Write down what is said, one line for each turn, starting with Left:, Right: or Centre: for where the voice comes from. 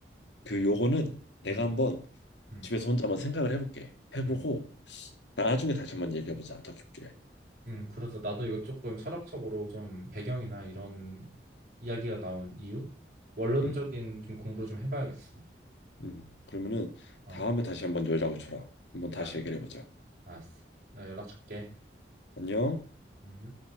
Left: 그 요거는 내가
Right: 음,
Left: 한번
Right: 음,
Left: 집에서 혼자 한번 생각을 해볼게. 해보고
Right: 음,
Left: 나중에 다시 한번 얘기해보자. 더 깊게.
Right: 음. 그래서 나도 이거 조금 철학적으로 좀 배경이나
Left: 음,
Right: 이런 이야기가 나온 이유, 원론적인
Left: 음.
Right: 좀 공부를 좀 해봐야겠어.
Left: 음. 그러면은
Right: 어,
Left: 다음에 다시 한번 연락을 줘라. 한번
Right: 아,
Left: 다시 얘기를 해보자.
Right: 알았어. 나 연락 줄게.
Left: 안녕.
Right: 음.